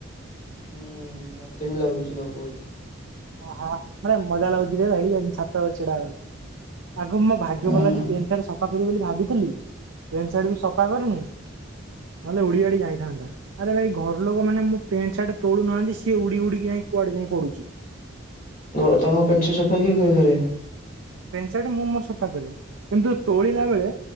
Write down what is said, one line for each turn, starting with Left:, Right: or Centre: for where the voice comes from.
Left: ହୁଁ ମତେ ବି ଲାଗୁଛି ହବ ବୋଧେ।
Right: ଆହା ମାନେ ମଜା ଲାଗୁଚିରେ ଭାଇଆଜି ଛାତ ଉପରେ ଛିଡା ହବାକୁ। ଆଗ ମୋ ଭାଗ୍ୟ
Left: ହଁ
Right: ଭଲ ଆଜି ପେଣ୍ଟ ପେଣ୍ଟ ସାଟ ସଫା କରିବ ବୋଲି ଭାବିଥିଲି ପେଣ୍ଟ ଶାଟ ବି ସଫା କରିନି ନହେଲେ ଉଡିଆଡି ଯାଇଥାନ୍ତା। ଆରେ ଭାଇ ଘର ଲୋକ ମାନ ମୋ ପେଣ୍ଟ ସାର୍ଟ ତୋଳୁନାହାନ୍ତି ସିଏ ଉଡି ଉଡିକି ଯାଇ କୁଆଡେ ଯାଇ ପଡୁଛି।
Left: କୁହ ତମ ପେଣ୍ଟ ଶାଟ ସଫା କିଏ କରେ ଘରେ?
Right: ପେଣ୍ଟ ଶାଟ ମୁଁ ମୋର ସଫା କରେ କିନ୍ତୁ ତୋଳିଲା ବେଳେ